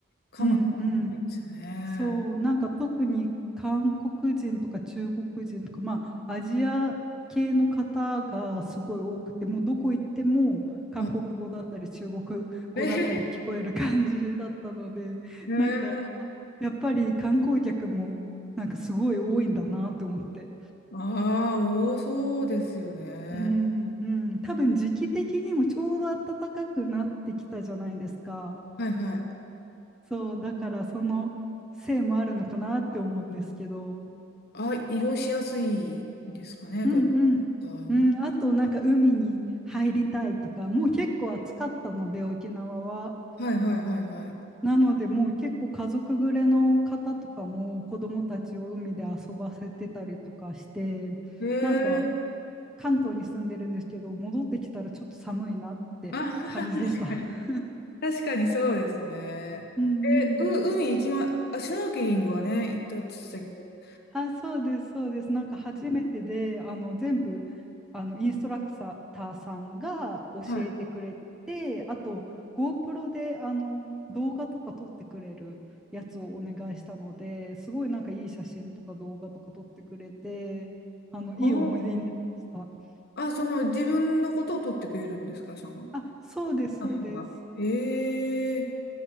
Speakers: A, on the left; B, in the centre.
A: かもし
B: うん、
A: れないですよね。
B: そう、なんか特に韓国人とか中国人とか、まあ、アジア系の方がすごい多くて、もうどこ行っても韓国語だったり中国
A: あ
B: 語だったり聞こえる感じだったので、
A: えへへねえ。
B: なんかやっぱり観光客もなんかすごい多いんだなって思って。
A: ああ、多そうですよね。
B: うん、うん、多分時期的にもちょうど暖かくなってきたじゃないですか。
A: はいはい。
B: そう、だからそのせいもあるのかなって思うんですけど。
A: あ、移動しやすいんですかね、
B: うんうん。
A: 方
B: うん、
A: も。
B: あとなんか海に入りたいとか、もう結構暑かったので沖縄は。
A: はいはいはいはい。
B: なのでもう結構家族連れの方とかも子供たちを海で遊ばせてたりとかして、
A: へえ。
B: なんか関東に住んでるんですけど、戻ってきたらちょっと寒いなって感じでした。
A: あ、<laughs> 確かに。
B: <laughs>
A: 確かにそうですね。
B: うんうん。
A: え、う、海行きま、あ、シュノーケリングはね、行ったって言ってたけど。
B: あ、そうです、そうです。なんか初めてで、あの全部あのインストラクターさんが教えてくれて、
A: はい。
B: あと GoPro であの動画とか撮ってくれるやつをお願いしたので、すごいなんかいい写真とか動画とか撮ってくれて、あのいい思い出になりました。
A: ああ、その自分のことを取ってくれるんですか、その、
B: あ、そうです、
A: スタッフが。
B: そうです。
A: ええ